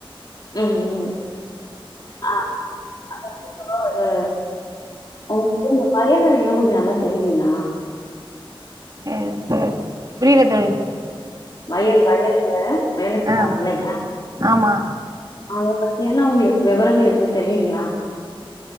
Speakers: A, on the left; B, on the right.
A: உம் உம் ஆ அ அது உங்களுக்கு இந்த வயல் வேலல்லா கொஞ்சோ நல்லா தெரியுங்களா
B: அ சொ புரியல தோழி
A: வயல் வயல்ல வேல செய்வாங்க
B: ஆ
A: இல்லையா
B: ஆமா
A: அத பத்தியானா உங்களுக்கு விவரங்கள் எதுவும் தெரியுங்களா